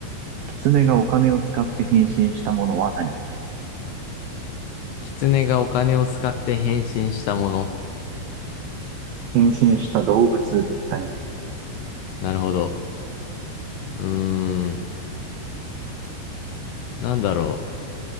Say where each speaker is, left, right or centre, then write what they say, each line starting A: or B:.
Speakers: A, on the right; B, on the left.
A: 狐がお金を使って変身したものは何
B: 狐がお金を使って変身したもの。
A: 変身した動物だね。
B: なるほど。うーん。なんだろう。